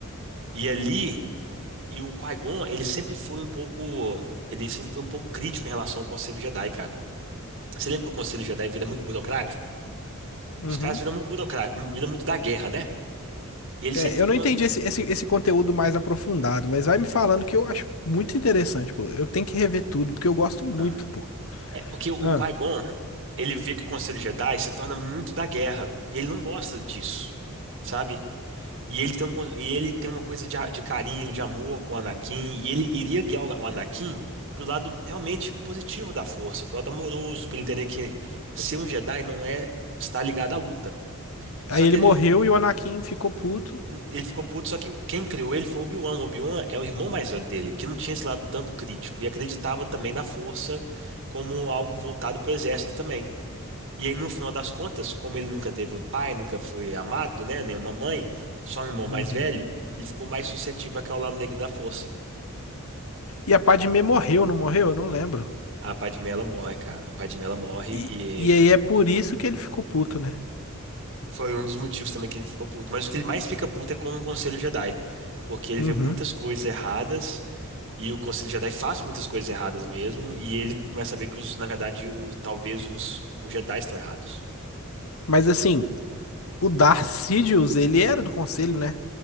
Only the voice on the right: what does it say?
E ali E o Qui-Gon, ele sempre foi um pouco, ele sempre foi um pouco crítico em relação ao Conselho Jedi, cara. Você lembra que o Conselho Jedi vira muito burocrático?
Os caras viram muito burocrático, viram muito da guerra, né? E ele sempre
foi
quando
Ah.
É porque o
Qui-Gon, ele vê que o Conselho Jedi se torna muito da guerra, e ele não gosta disso, sabe? E ele tem, um con- e ele tem uma coisa de, a- de carinho, de amor com o Anakin, e ele iria guiar o o Anakin pro lado realmente positivo da força, pro lado amoroso, para ele entender que ser um Jedi não é estar ligado à luta.
Só
que ele,
ele ficou puto, só que quem criou ele foi o Obi-Wan. O Obi-Wan é o irmão mais velho dele, que não tinha esse lado tanto crítico, e acreditava também na força como algo voltado pro exército também. E aí, no final das contas, como ele nunca teve um pai, nunca foi amado, né, nem uma mãe, só um irmão mais
velho, ele ficou mais suscetível ao lado negro da força.
A Padmé, ela morre, cara. A Padmé, ela morre
e
foi um dos motivos também que ele ficou puto. Mas o que ele mais fica puto é com o Conselho Jedi, porque ele
vê muitas coisas erradas e o Conselho Jedi faz muitas coisas erradas mesmo, e ele começa a ver que, os, na verdade, o, talvez os, os Jedi estão errados.